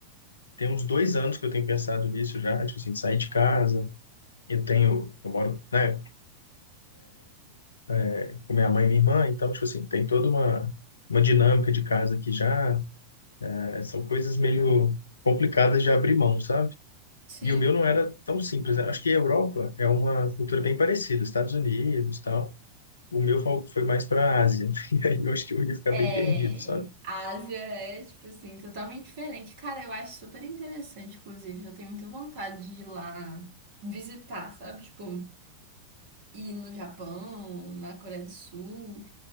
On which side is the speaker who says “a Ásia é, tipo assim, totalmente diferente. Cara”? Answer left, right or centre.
Right